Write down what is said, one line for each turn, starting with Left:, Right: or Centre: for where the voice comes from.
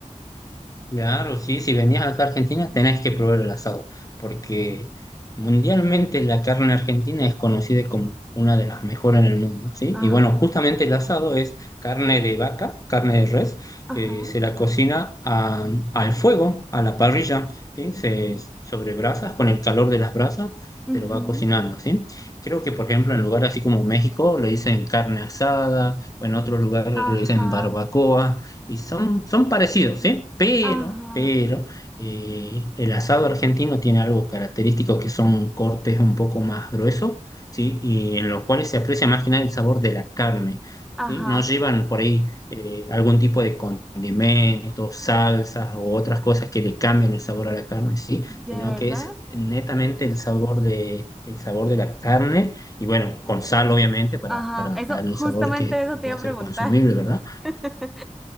Left: Claro, sí, si venías acá a Argentina tenés que probar el asado, porque mundialmente la carne argentina es conocida como una de las mejores en el mundo, ¿sí?
Centre: Ajá,
Left: Y bueno, justamente el asado es carne de vaca, carne de res,
Centre: ajá,
Left: que se la cocina a- al fuego, a la parrilla, ¿sí? Se, sobre brasas, con el calor de las brasas,
Centre: ujú,
Left: se lo va cocinando, ¿sí? Creo que, por ejemplo, en lugares así como México le dicen carne asada, o en otros lugares
Centre: ajá,
Left: le dicen barbacoa y son, son parecidos, ¿sí? Pero,
Centre: ajá,
Left: pero eh, el asado argentino tiene algo característico que son cortes un poco más gruesos, ¿sí? Y en los cuales se aprecia más que nada el sabor de la carne,
Centre: Ajá,
Left: ¿sí? No llevan por ahí eh, algún tipo de condimentos, salsas o otras cosas que le cambien el sabor a la carne, ¿sí?
Centre: ¿de
Left: Sino
Centre: verdad?
Left: que es netamente el sabor de, el sabor de la carne y bueno, con sal obviamente para,
Centre: Ajá,
Left: para
Centre: eso,
Left: dar el
Centre: justamente
Left: sabor que,
Centre: eso
Left: que pueda
Centre: te iba a
Left: ser
Centre: preguntar.
Left: consumible, ¿verdad?
Centre: <laughs>